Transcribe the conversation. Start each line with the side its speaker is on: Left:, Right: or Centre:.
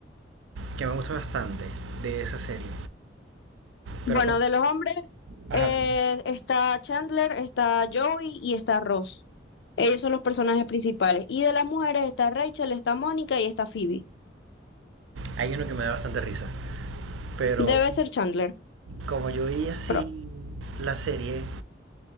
Right: que me gusta bastante de esa serie,
Left: Bueno,
Right: pero con-
Left: de los hombres
Right: ajá,
Left: eh, está Chandler, está Joey y está Ross. Ellos son los personajes principales. Y de las mujeres está Rachel, está Mónica y está Phoebe.
Right: hay uno que me da bastante risa, pero
Left: Debe ser Chandler.
Right: como yo vi así
Left: Pero,
Right: la serie,